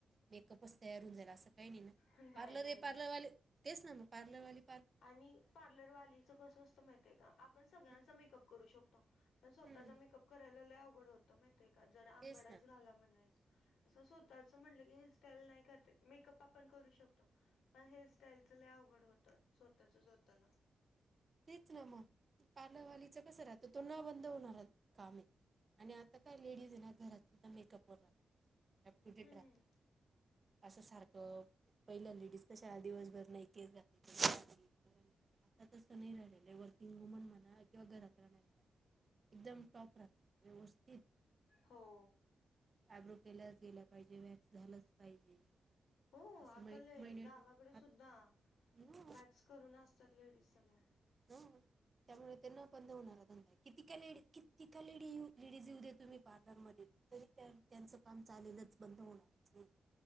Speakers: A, on the right; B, on the left.
A: मेकअपच तयार होऊन जाईल असं काही नाही ना
B: नाही
A: पार्लर
B: नाही
A: हे
B: नाही
A: पार्लरवाले तेच ना मग पार्लरवाले
B: आणि पार्लर वालीच कसं असतं माहितय का आपण सगळ्यांच
A: हम्म,
B: मेकअप करू शक पण स्वतःचा
A: हम्म,
B: मेकअप करायला लय अवघड होतं माहितीय का जर आंबाडाच
A: तेच ना
B: घाला म्हणायच. असं स्वतःच म्हटलं की हेअरस्टाईल नाही करता मेकअप आपण करू शकतो. पण हेअरस्टाईलच लय अवघड होत स्वतःच स्वतःला.
A: तेच ना म पार्लरवालीच कसं राहतं तो न बंद होणार कामए. आणि आता काय लेडीज आहे ना घरात सुद्धा मेकअप वर राहत अप टू डेट
B: हम्म.
A: राहत. असं सारखं पहिल्या लेडीज कशा दिवसभर नाही केस चातील आता तसं नाही राहिलेलं वर्किंग वुमन म्हणा किंवा घरात राहणाऱ्या एकदम टॉप राहतात व्यवस्थित.
B: हो.
A: अब्रो केला केलाच पाहिजे व्हॅक्स झालाच पाहिजे.
B: हो
A: असं
B: आता
A: मै
B: लय
A: महिने
B: गावाकडे
A: आत-
B: सुद्धा
A: हो,
B: मॅक्स करून असतात लेडीज सगळ्या. <inaudible>
A: हं. त्यामुळे ते न बंद होणारा धंदा ए किती का लेडी किती का लेडी लेडीज येऊ- येऊदे तुम्ही पार्लरमध्ये तरी त्यांचं काम चालेलंच बंद होणारच नाही